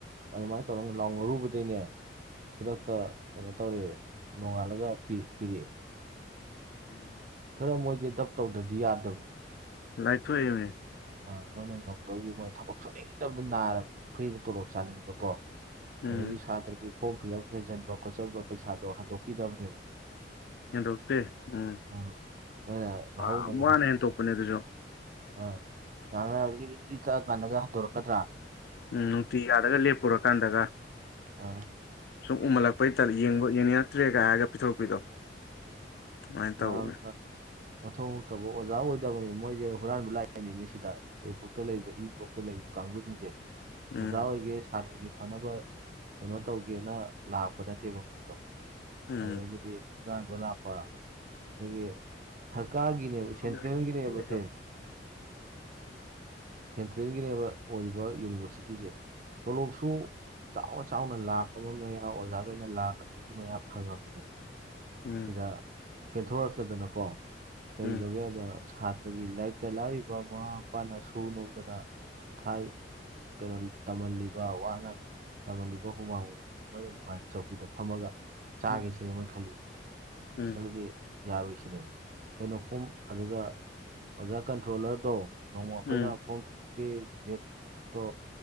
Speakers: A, on the right (about 45°); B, on the left (about 65°).
A: ꯑꯗꯨꯝꯃꯥꯏꯅ ꯇꯧꯔꯒ ꯂꯥꯎꯅꯔꯨꯕꯗꯩꯅꯦ ꯈꯨꯗꯛꯇ ꯀꯩꯅꯣ ꯇꯧꯔꯦ ꯅꯣꯡꯉꯥꯜꯂꯒ ꯄꯤ ꯄꯤꯔꯦꯑꯦ
B: ꯎꯝ
A: ꯈꯔ ꯃꯣꯏꯗꯤ ꯗꯞ ꯇꯧꯗ꯭ꯔꯗꯤ ꯌꯥꯗꯝꯅꯦ
B: ꯂꯥꯏꯊꫭꯛꯑꯦꯃꯤ
A: ꯑ ꯃꯣꯏꯅ ꯉꯝꯗꯧꯒꯤ ꯃꯣꯏ ꯊꯕꯛ ꯁꯨꯅꯤꯡꯗꯕꯗ ꯅꯥꯔꯕꯅꯤ ꯐ꯭ꯔꯤꯗ ꯇꯣꯂꯣꯞ ꯆꯥꯅꯤꯡꯕ ꯀꯣ
B: ꯎꯝ
A: ꯑꯗꯒꯤ ꯁꯥꯇ꯭ꯔꯒꯤ ꯐꯣꯔꯝ ꯐꯤꯂꯞ ꯍꯦꯟꯖꯟꯕ ꯈꯣꯠꯆꯟꯕ ꯄꯩꯁꯥꯗꯣ ꯍꯟꯗꯣꯛꯄꯤꯗꯕꯅꯦꯕ
B: ꯍꯦꯟꯗꯣꯛꯇꯦ ꯎꯝ
A: ꯑ ꯃꯣꯏꯅ ꯂꯧꯍꯧꯅꯕ
B: ꯌꯥꯝ ꯋꯥꯅ
A: ꯍꯣꯠ
B: ꯍꯦꯟꯗꯣꯛꯄꯅꯦ ꯑꯗꯨꯁꯨ
A: ꯑ ꯉꯥꯡꯅꯔ ꯒꯤꯔꯤ ꯒꯤꯔꯤ ꯇꯛꯑꯀꯥꯟꯗꯒ ꯍꯟꯇꯣꯔꯛꯀꯗ꯭ꯔ
B: ꯎꯝ ꯅꯨꯡꯇꯤꯒꯤ ꯑꯥꯗꯒ ꯂꯦꯞꯄꯨꯔꯀꯥꯟꯗꯒ
A: ꯑ
B: ꯁꯨꯝ ꯎꯃꯜꯂꯛꯄꯩ <unintelligible> ꯌꯦꯡ ꯌꯦꯡꯅꯤꯡꯉꯛꯇ꯭ꯔꯦꯒ ꯍꯥꯏꯔꯒ ꯄꯤꯊꯣꯔꯛꯄꯤꯗꯣ ꯑꯗꯨꯃꯥꯏꯅ ꯇꯧꯕꯅꯦ
A: ꯌꯥꯝꯅ ꯃꯊꯣꯡ ꯍꯨꯛꯇꯕ ꯑꯣꯖꯥ ꯑꯣꯏꯗꯕꯅꯤ ꯃꯣꯏꯖꯦ ꯍꯨꯔꯥꯟꯕ ꯂꯥꯛꯏꯅꯦꯃꯤ ꯁꯤꯗ ꯑꯦ ꯕ꯭ꯂꯣꯛꯇ ꯂꯩꯔꯤꯕ ꯏ ꯕ꯭ꯂꯣꯛꯇ ꯂꯩꯔꯤꯕ ꯀꯥꯡꯕꯨꯖꯤꯡꯖꯦ
B: ꯎꯝ
A: ꯑꯣꯖꯥ ꯑꯣꯏꯒꯦ ꯁꯥꯇ꯭ꯔꯒꯤ ꯐꯅꯕ ꯀꯩꯅꯣ ꯇꯧꯒꯦꯅ ꯂꯥꯛꯄ ꯅꯠꯇꯦꯕ ꯃꯣꯏꯗꯣ
B: ꯎꯝ
A: ꯑꯗꯒꯤꯗꯤ ꯍꯨꯔꯥꯟꯕ ꯂꯥꯛꯄ <unintelligible> ꯁꯔꯀꯥꯔꯒꯤꯅꯦꯕ
B: ꯎꯝ
A: ꯁꯦꯟꯇ꯭ꯔꯦꯜꯒꯤꯅꯦꯕꯁꯦ
B: ꯎꯝ
A: ꯁꯦꯟꯇ꯭ꯔꯦꯟꯒꯤꯅꯦꯕ ꯑꯣꯏꯔꯤꯕ ꯌꯨꯅꯤꯚꯔꯁꯤꯇꯤꯖꯦ ꯇꯣꯂꯣꯞꯁꯨ ꯆꯥꯎꯅ ꯆꯥꯎꯅ ꯂꯥꯛ ꯑꯃ ꯃꯌꯥ ꯑꯣꯖꯥꯒꯩꯅ ꯂꯥꯛ ꯑꯅꯤꯒꯤ ꯃꯌꯥ ꯐꯪꯉꯕꯅꯦꯕ
B: ꯎꯝ
A: ꯁꯤꯗ ꯄꯦꯟꯊꯣꯔꯛꯇꯗꯅꯀꯣ ꯀꯩꯗꯧꯒꯦ
B: ꯎꯝ
A: ꯍꯥꯏꯗ ꯁꯥꯇ꯭ꯔꯒꯤ ꯂꯩꯇ ꯂꯥꯏꯔꯤꯕ ꯃꯃꯥ ꯃꯄꯥꯅ ꯁꯨ ꯅꯣꯝꯗꯅ ꯊꯥꯏ ꯀꯩꯅꯣ ꯇꯝꯃꯜꯂꯤꯕ ꯋꯥꯅ ꯇꯝꯃꯜꯂꯤꯕ ꯍꯨꯃꯥꯡ <unintelligible> ꯃꯣꯏꯅ ꯅꯨꯡꯉꯥꯏꯅ ꯆꯧꯀꯤꯗ ꯐꯝꯃꯒ ꯆꯥꯒꯦ
B: ꯎꯝ
A: ꯁꯤꯅꯦ ꯃꯣꯏ ꯈꯜꯂꯤꯁꯦ
B: ꯎꯝ
A: ꯑꯗꯨꯗꯤ ꯌꯥꯔꯣꯏ ꯁꯤꯅꯦꯕ ꯀꯩꯅꯣ ꯐꫭꯝ ꯑꯗꯨꯒ ꯑꯣꯖꯥ ꯀꯟꯇ꯭ꯔꯣꯜꯂꯔꯗꯣ ꯅꯣꯡꯃ ꯑꯈꯣꯏꯒ
B: ꯎꯝ
A: ꯐꯣꯝ <unintelligible> ꯗꯦꯠꯇꯣ